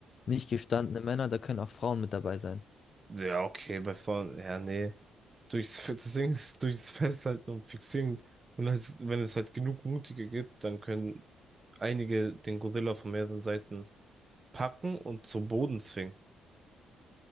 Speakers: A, on the left; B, on the right.
A: Nicht gestandene Männer, da können auch Frauen mit dabei sein.
B: Ja, okay, bei Frauen, ja, nee. durchs, <laughs> das Ding ist, durchs Festhalten und Fixieren. Und als, wenn es halt genug Mutige gibt, dann können einige den Gorilla von mehreren Seiten packen und zum Boden zwingen.